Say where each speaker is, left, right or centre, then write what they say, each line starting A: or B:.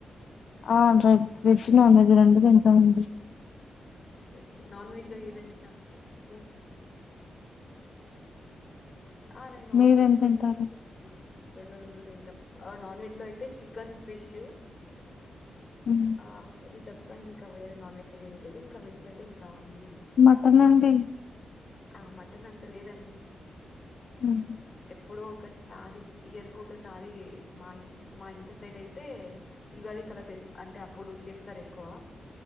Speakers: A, on the left; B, on the left.
A: ఆ రేడ్ వెజ్ నాన్వెజ్ రెండు తింటం అండి
B: ఓకే ఓకే నాన్ వెజ్ లో ఏదండి చప్పు ఆ నిన్ నాన్
A: మీరేం
B: వెజ్ రెండు
A: తింటారు
B: తింట రెండు రెండు తింటం ఆ నాన్ వెజ్ లో అయితే చికెన్ ఫిష్
A: ఉమ్.
B: ఆ ఇవి తప్ప ఇంకా వేరే నాన్ వెజ్ ఏమి లేదు ఇంకా వెజ్లేతే ఇంకా అన్ని
A: మటనండి
B: ఆ మటన్ అంత లేదండి
A: మ్ హు
B: ఎప్పుడోస్కారి ఇయర్కోకసారి మా ఇంట్ మా ఇంట్లో సైడైతే యుగాది కద తే అంటే అప్పుడు చేస్తారేక్కువ